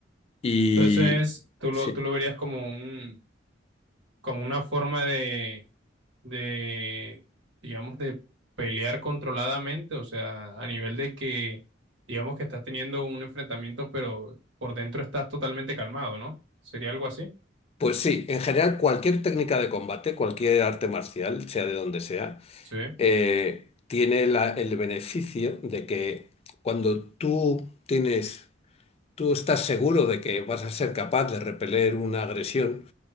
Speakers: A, on the left (about 30°); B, on the right (about 70°).
A: Y
B: Entonces, tú lo,
A: sí.
B: tú lo verías como un, como una forma de de, digamos, de pelear controladamente, o sea, a nivel de que, digamos, que estás teniendo un enfrentamiento, pero por dentro estás totalmente calmado, ¿no? ¿Sería algo así?
A: Pues sí, en general cualquier técnica de combate, cualquier arte marcial, sea de donde sea,
B: Sí,
A: eh, tiene la- el beneficio de que cuando tú tienes, tú estás seguro de que vas a ser capaz de repeler una agresión,